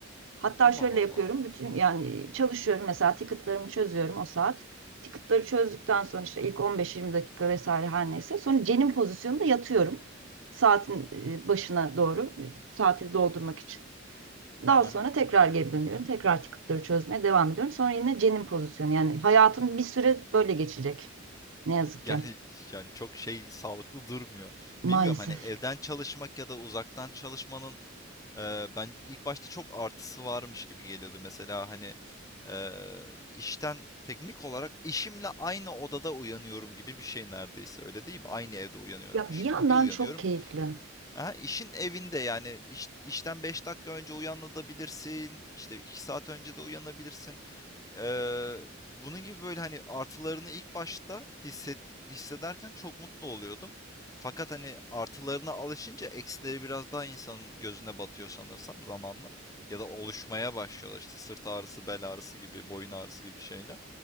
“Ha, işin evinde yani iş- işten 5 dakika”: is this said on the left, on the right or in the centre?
Left